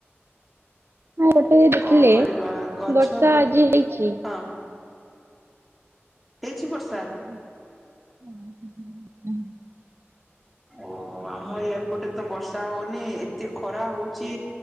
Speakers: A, on the right; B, in the centre.
A: ହଁ ଗୋଟେ ଦେଖିଲେ
B: କଣ କରିବା ଗଛ
A: ବର୍ଷା
B: ପ
A: ଆଜି ହେଇଛି।
B: ହଁ।
A: <unintelligible>
B: ହେଇଛି ବର୍ଷା?
A: ହୁଁ।
B: ଓ ଆମ ଇୟାପଟରେ ତ ବର୍ଷା ହଉନି ଏତେ ଖରା ହଉଛି